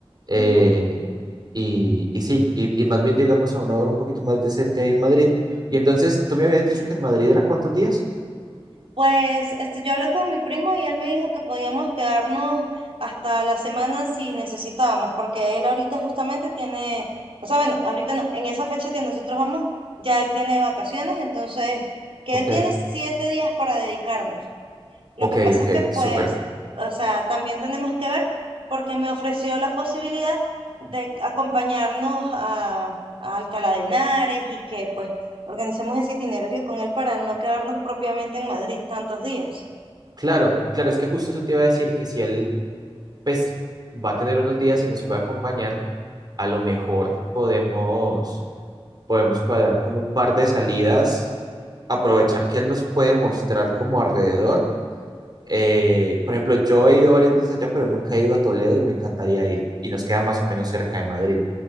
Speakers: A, on the right (about 45°); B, on the right (about 65°).
A: eh,
B: Ujú.
A: y, y sí, y, y más bien llegamos a una hora un poquito más decente ahí en Madrid. Y entonces, tú me habías dicho que en Madrid era cuántos días?
B: Pues este, yo hablé con mi primo y él me dijo que podíamos quedarnos hasta la semana si necesitábamos, porque él ahorita justamente tiene, o sea, bueno, ahorita no, en esa fecha que nosotros vamos, ya él tiene vacaciones, entonces que
A: Ok,
B: él tiene siete días para dedicarnos. Lo
A: ok,
B: que pasa
A: ok,
B: es que,
A: súper.
B: pues, o sea, también tenemos que ver porque me ofreció la posibilidad de acompañarnos a, a Alcalá de Henares y que, pues, organicemos ese itinerario con él para no quedarnos propiamente en Madrid tantos días.
A: Claro, claro, es que justo eso te iba a decir que si él, pues, va a tener unos días y nos puede acompañar, a lo mejor podemos, podemos cuadrar como un par de salidas, aprovechar que él nos puede mostrar como alrededor Eh, por ejemplo, yo he ido varias veces allá, pero nunca he ido a Toledo y me encantaría ir. Y nos queda más o menos cerca de Madrid.